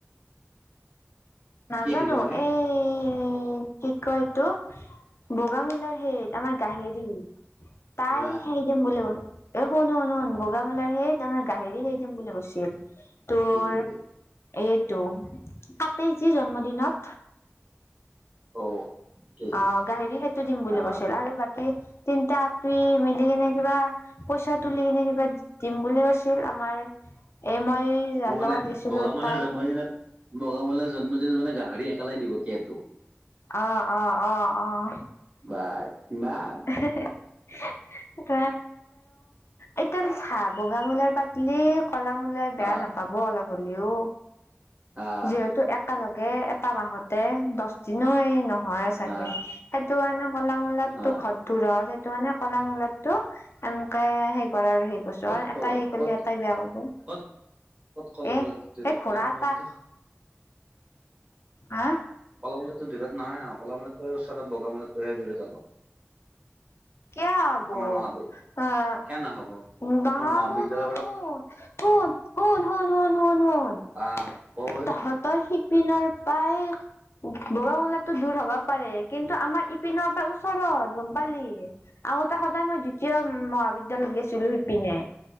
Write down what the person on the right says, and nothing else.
কি দিব এনে
আহ
কি দিম বুলি
অ'। কি
আহ
অ',
মানে
বগামালাৰ
জন্মদিনত বগামুলাৰ জন্মদিনত মানে গাহৰি একেলাই দিব কেটো
বা কিমান
আহ
আহ
আহ
আহ
কত
কল
কত
কত ক'ত
ক'লামুলা
<unintelligible>
কলামূলা দূৰত নহয় ন কলামূলাটো ওচৰত বগামূলাটোহে দূৰত অলপ।
আমাৰ মহাবিদ
কিয় নহ'ব আমাৰ মহাবিদ্যালয়
বাৰু আহ কৈ